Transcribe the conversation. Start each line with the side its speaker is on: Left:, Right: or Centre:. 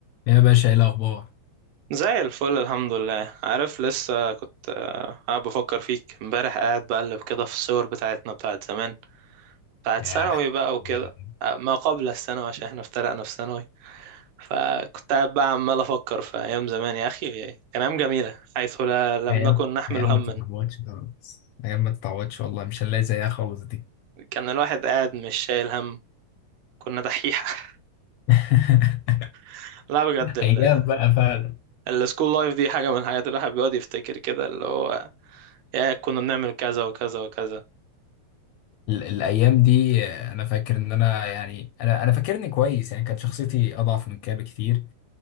Left: يا باشا ايه الاخبار
Right: زي الفل الحمد لله عارف لسه كنت آه، قاعد بفكر فيك امبارح قاعد بقلب كده في الصور بتاعتنا بتاعت زمان بتاعت
Left: ياه
Right: ثانوي بقى وكده
Left: بجد.
Right: آه، ما قبل الثانوي عشان احنا افترقنا في ثانوي فكنت قاعد بقى عمال افكر في ايام زمان يا اخي كان ايام جميله حيث لا لم
Left: ايام
Right: نكن نحمل
Left: ايام
Right: هما
Left: ما تتعوضش خالص ايام ما تتعوضش والله مش هنلاقي زيها خالص دي
Right: كان الواحد قاعد مش شايل هم كنا دحيحه
Left: <laughs>
Right: <laughs> لا بجد ال-
Left: ايام بقى فعلا
Right: السكول لايف دي حاجه من الحاجات اللي الواحد بيقعد يفتكر كده اللي هو يا كنا بنعمل كذا وكذا وكذا
Left: ال- الايام دي آه، انا فاكر ان انا يعني انا انا فاكرني كويس يعني كانت شخصيتي اضعف من كده بكتير